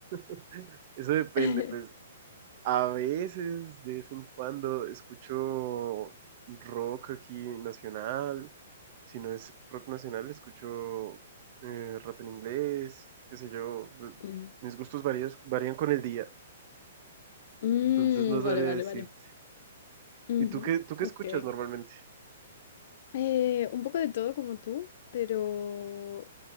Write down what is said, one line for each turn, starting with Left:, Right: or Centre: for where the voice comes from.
Right: <laughs> eso depende,
Left: <laughs>
Right: pues A veces, de vez en cuando, escucho rock aquí nacional. Si no es rock nacional, escucho eh, rap en inglés, qué sé yo. eh,
Left: Ujú.
Right: Mis gustos varios, varían con el día,
Left: Mm,
Right: entonces no sabría
Left: vale, vale,
Right: decirte.
Left: vale. Ujú,
Right: ¿Y tú qué, tú qué
Left: Ok.
Right: escuchas normalmente?
Left: Eh, un poco de todo como tú, pero